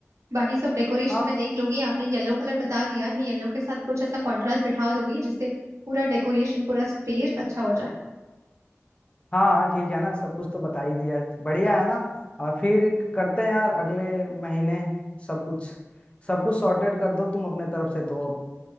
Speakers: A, on the right; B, on the left.
A: बाकी सब डेकोरेशन
B: हाँ
A: में देख लोगी आपने येलो कलर बता दिया है मैं येलो के साथ कुछ ऐसा कॉन्ट्रास्ट बिठा दूंगी जिससे पूरा डेकोरेशन पूरा स्टेज अच्छा हो जाए
B: हाँ हाँ ठीक है ना सब कुछ तो बता ही दिया है। बढ़िया है ना और फिर करते हैं यार अगले महीने सब कुछ सब कुछ सॉर्टेड कर दो तुम अपने तरफ से तो अब